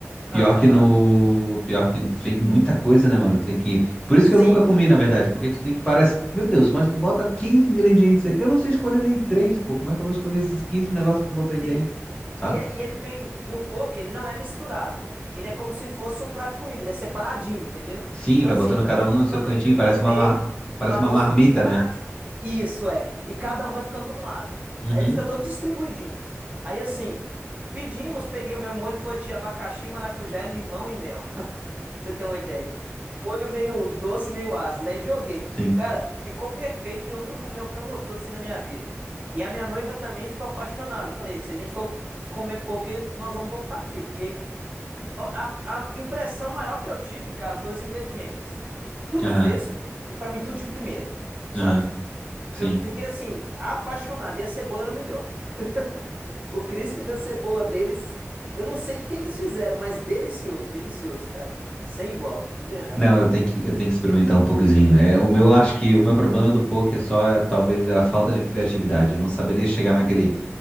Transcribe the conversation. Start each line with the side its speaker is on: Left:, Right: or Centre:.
Left: Pior
Right: Ah, pode
Left: que no.
Right: falar.
Left: Pior que tem muita coisa, né, mano? Tem que. Por isso
Right: Sim,
Left: que eu nunca comi, na verdade, porque tu tem que parar. esse- Meu Deus, mas tu bota 15 ingredientes aí. Eu não sei escolher nem três, pô. Como é que eu vou escolher esses 15 negócios que tu botou aí dentro?
Right: sim.
Left: Sabe?
Right: E, é- e ele vem. E o poke, ele não é misturado. Ele é como se fosse um prato de comida. Ele é separadinho, entendeu?
Left: Sim,
Right: Então,
Left: vai
Right: assim,
Left: botando cada um no
Right: a
Left: seu
Right: proteína
Left: cantinho.
Right: fica
Left: Parece
Right: no
Left: uma,
Right: meio,
Left: mar... parece
Right: o arroz
Left: uma marmita,
Right: fica embaixo.
Left: né?
Right: Isso é. E cada um vai ficando num lado.
Left: Uhum.
Right: Aí ele fica todo distribuidinho. Aí assim, pedimos, peguei o meu molho, foi de abacaxi, maracujá, limão e mel. <laughs> Pra você ter uma ideia. Um molho meio doce, meio ácido, né? E joguei.
Left: Sim.
Right: Cara, ficou perfeito e eu nunca comi algo tão gostoso assim na minha vida. E a minha noiva também ficou apaixonada. Eu Falei, se a gente for comer pouco, nós vamos voltar aqui, porque a, a impressão maior que eu tive, cara, foi os ingredientes. Tudo
Left: Aham.
Right: fresco e pra mim tudo de primeira, sabe?
Left: Aham. Sim.
Right: Eu fiquei assim, apaixonado. E a cebola era o melhor. <laughs> O crisp da cebola deles, eu não sei o que que eles fizeram, mas delicioso, delicioso, cara. Sem igual, de verdade.
Left: Não, eu tenho que, eu tenho que experimentar um pouquinho. É, o meu, acho que o meu problema do poke é só, é, talvez, é a falta de criatividade. Eu não saberia chegar naquele